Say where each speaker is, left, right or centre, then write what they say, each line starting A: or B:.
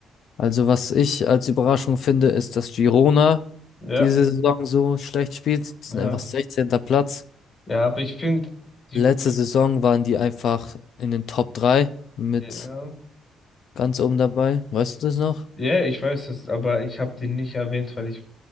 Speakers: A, on the left; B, on the left.
A: Also, was ich als Überraschung finde, ist, dass Girona
B: Ja,
A: diese Saison so schlecht spielt. Die sind
B: ja.
A: einfach sechzehnter Platz.
B: Ja, aber ich finde, die,
A: Letzte Saison waren die einfach in den Top 3 mit
B: äh, ja,
A: ganz oben dabei. Weißt du das noch?
B: ja, ich weiß es, aber ich habe die nicht erwähnt, weil ich,